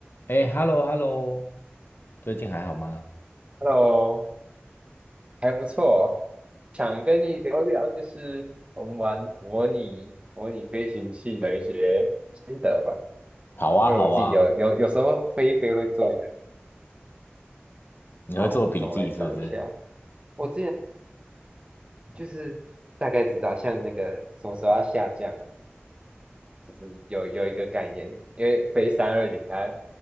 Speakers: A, on the left (about 55°); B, on the right (about 30°).
A: 哎，hello hello，最近还好吗？
B: Hello，还不错，想跟你聊聊，就是我们玩模拟模拟飞行器的一些心得吧。
A: 好啊，
B: 因为我自己有有有时候飞一飞会做一点。
A: 好啊，你会做笔记是不是？
B: 好，那我来找一下。我之前就是大概知道，像那个什么时候要下降啊，就是有有一个概念。因为飞三二零，它